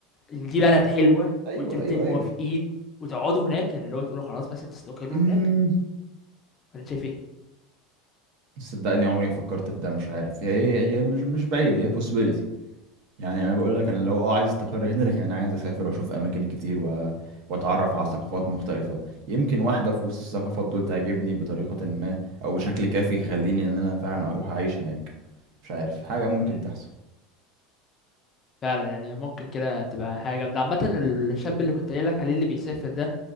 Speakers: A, on the left; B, on the right.
A: إن دي بلد حلوه
B: ايوه
A: وانتوا الاتنين
B: ايوه
A: موافقين وتقعدوا هناك يعني اللي هو تقولوا خلاص مثلا تستقروا
B: ايوه
A: هناك ولا أنت شايف
B: صدقني عمري ما فكرت في ده مش عارف هي هي هي مش مش بعيدة هي possibility يعني انا بقول لك انا لو اه عايز استقر هنا لكن انا عايز اسافر واشوف اماكن كتير و... واتعرف على ثقافات مختلفة يمكن واحدة في وسط الثقافات دول تعجبني بطريقة ما او بشكل كافي يخليني ان انا فعلا اروح اعيش هناك مش عارف حاجة ممكن
A: ايه
B: تحصل
A: فعلا يعني ممكن كده تبقى حاجة جامدة عامة الشاب اللي كنت قايل لك عليه اللي بيسافر ده